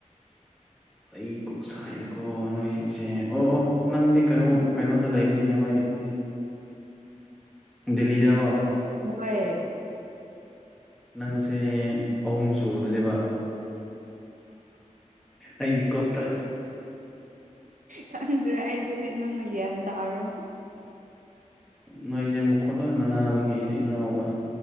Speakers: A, in the centre; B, on the right (about 85°).
A: ꯑꯩ ꯀꯣꯛꯁꯥꯏꯗꯀꯣ ꯅꯣꯏꯁꯤꯡꯁꯦ ꯑꯣ ꯑꯣ ꯅꯪꯗꯤ ꯀꯩꯅꯣ ꯀꯩꯅꯣꯗ ꯂꯩꯕꯅꯤꯅ ꯍꯣꯏꯅꯦ ꯈꯪꯉꯦ
B: <inaudible>
A: ꯗꯦꯜꯂꯤꯗꯀꯣ
B: ꯍꯣꯏ
A: ꯅꯪꯖꯦ ꯑꯍꯨꯝ ꯁꯨꯕꯗꯅꯦꯕ ꯑꯩꯒꯤ ꯀꯣꯛꯇꯥ
B: ꯈꯪꯗ꯭ꯔꯦ ꯑꯩꯗꯨꯗꯤ ꯅꯪꯅ ꯒ꯭ꯌꯥꯟ ꯇꯥꯔꯣ
A: ꯅꯣꯏꯖꯦ ꯃꯈꯨꯦꯟ ꯂꯣꯏꯅ ꯃꯥꯟꯅꯥꯕꯒꯤ ꯑꯩꯖꯦ ꯉꯥꯎꯕ